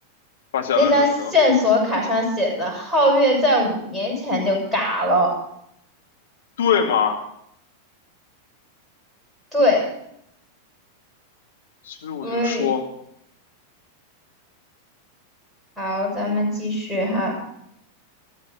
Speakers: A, on the left; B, in the centre.
A: 发现了什么呢？
B: 那张线索卡上写的皓月在五年前就嘎了，
A: 对吗？
B: 对，
A: 所以我就说
B: 所以好，咱们继续哈，